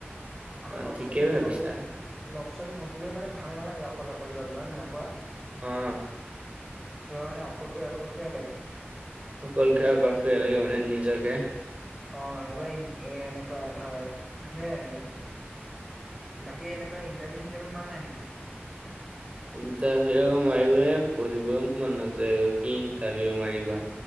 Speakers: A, in the centre; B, on the right.
A: আকৌ
B: অ
A: লক-চক
B: ঠিকেই
A: মানে
B: ভাবিছা
A: নগলে লগ চ নহ'লেও মানে ভাল নালাগে অকলে অকলে যাবলৈ, হয় নে ন কোৱা?
B: উম।
A: কিবা মানে অকলশৰীয়া অকলশৰীয়া লাগে।
B: অকল <unintelligible> লাগে মানে নিজকে
A: অ এইবাৰ এনেকোৱা ধাৰ সে আৰু। বাকী এনেকৈ ইণ্টাৰভিউ-চিণ্টাৰভিউ কৰা নাই নেকি?
B: ইণ্টাৰভিউ মাৰিবলৈ পঢ়িবই মন নাযায় আৰু কি ইণ্টাৰভিউ মাৰিবা।